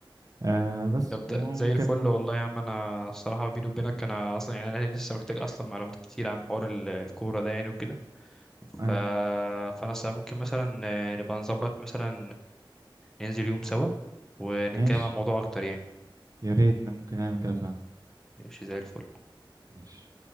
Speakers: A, on the right; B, in the centre.
A: آه بس
B: طب ده
A: وممكن
B: زي الفل والله يا عم أنا الصراحة بيني وبينك أنا أصلا يعني أنا لسه محتاج أصلا معلومات كتير عن حوار ال- الكورة ده يعني وكده
A: آه
B: ف... فأنا س- ممكن مثلا آه، نبقى نظبط مثلا ننزل يوم سوا ونتكلم
A: ماشي
B: عن الموضوع اكتر يعني
A: يا ريت إن ممكن نعمل كده فعلا
B: ماشي زي الفل
A: ماشي